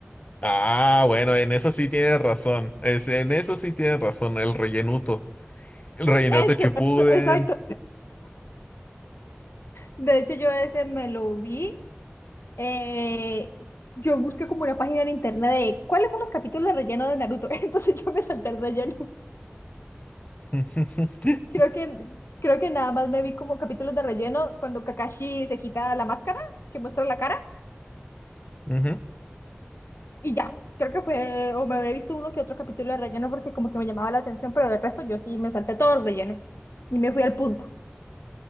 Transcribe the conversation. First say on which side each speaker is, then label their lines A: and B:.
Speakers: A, on the left; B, on the left.
A: Ah, bueno, en eso sí tienes razón. Es- en eso sí tienes razón, el rellenuto. El rellenuto
B: Eso,
A: chipuden.
B: eso, exacto. De hecho, yo ese me lo vi. eh, yo busqué como una página en internet de cuáles son los capítulos de relleno de Naruto. <laughs> Entonces yo me salté el relleno.
A: <laughs>
B: Creo que, creo que nada más me vi como capítulos de relleno cuando Kakashi se quita la máscara, que muestra la cara.
A: Ujú.
B: Y ya, creo que fue, o me habré visto uno que otro capítulo de relleno porque como que me llamaba la atención, pero del resto yo sí me salté todo el relleno y me fui al punto.